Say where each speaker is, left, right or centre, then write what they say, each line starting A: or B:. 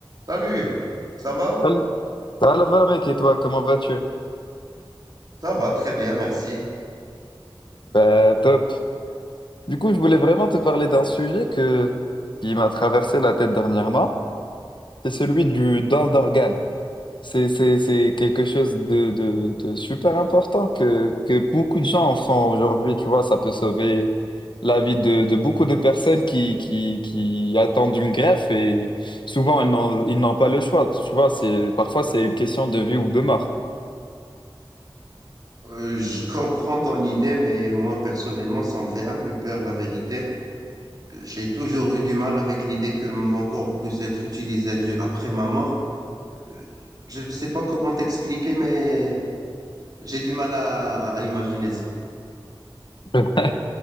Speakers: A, on the right; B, on the left.
A: Salut, ça va?
B: Salut. Ça va là-bas, mec, et toi, comment vas-tu?
A: Ça va, très bien, merci.
B: Bah, top. Du coup, je voulais vraiment te parler d'un sujet que... qui m'a traversé la tête dernièrement. C'est celui du don d'organes. C'est, c'est, c'est quelque chose de, de, de super important que, que beaucoup de gens en font aujourd'hui. Tu vois, ça peut sauver la vie de, de beaucoup de personnes qui, qui, qui attendent une greffe et souvent, ils n'ont, ils n'ont pas le choix. Tu vois, c'est, parfois, c'est une question de vie ou de mort.
A: Euh, je comprends ton idée, mais moi, personnellement, ça me fait un peu peur, la vérité. J'ai toujours eu du mal avec l'idée que mon corps puisse être utilisé ju- après ma mort. Euh, Je ne sais pas comment t'expliquer, mais j'ai du mal à, à imaginer ça.
B: Mhm.